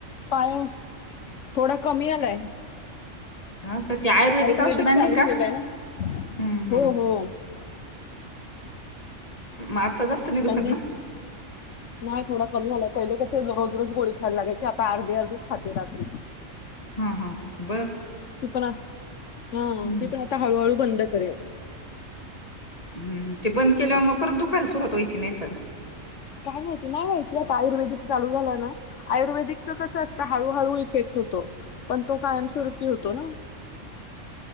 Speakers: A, on the left; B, on the left.
A: पाय. थोडा कमी आलाय.
B: हा का ते
A: आयुर्वेदिक
B: औषध आणली
A: चालू
B: का?
A: केलंय ना
B: हम्म हम्म
A: हो हो.
B: मारताच असत नाही दुखन
A: त्यांनी
B: ना.
A: नाही थोडा कमी झालाय पहिले कस रोज रोज गोळी खायला लागायची आता अर्धी अर्ीच खाते रात्री.
B: हा हा हम.
A: ती पण हा
B: हम्म
A: ती पण आता हळूहळू बंद करे.
B: हम्म, ते बंद केल्यावर मग परत दुखायला सुरुवात वयची नाहीत.
A: काय माहिती नाही व्हायची आता आयुर्वेदिक लू झालं ना आयुर्वेदिकच कसं असतं हळू हळ इेक् होतो पण तो कायमस्ूपी होतो ना.